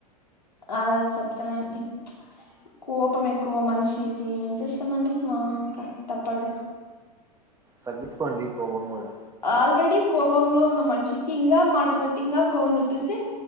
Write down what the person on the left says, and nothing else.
అ దన్ చెప్తానండి కోపం ఎక్కువ మనిషికి ఏం చేస్తామండి మ ఇంకా తప్పదు
ఆల్రెడీ కోపంలో ఉన్న మనిషికి ఇంగా మాటలు పెట్టి ఇంగా కోపం తెప్పిస్తే